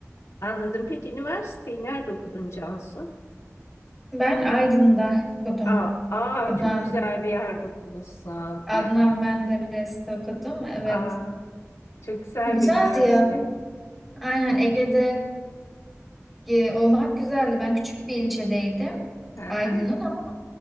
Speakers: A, on the left; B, in the centre.
A: Anladım. Peki üniversiteyi nerede okudun Cansu?
B: Ben Aydın'da okudum.
A: Aa, aa
B: Adnan
A: çok güzel bir yerde okumuşsun.
B: Adnan Menderes'te okudum. Evet.
A: Aa, çok güzel
B: Güzeldi
A: bir üniversite.
B: ya. Aynen Ege'de e, olmak güzeldi. Ben küçük bir ilçedeydim.
A: Hı hı,
B: Aydın'ın ama